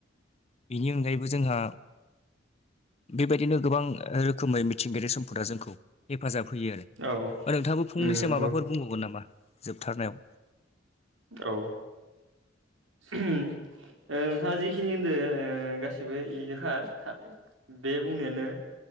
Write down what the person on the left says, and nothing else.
बेनि अन <unintelligible> जोंहा बेबायदिनो गोबां रोखोमै मिथिंगायारि सम्पदा जोंखौ हेफाजाब होयो आरो
ओ नोंथाङाबो
फंनैसो
माबाफोर बुंबावगोन नामा जोबथारनायाव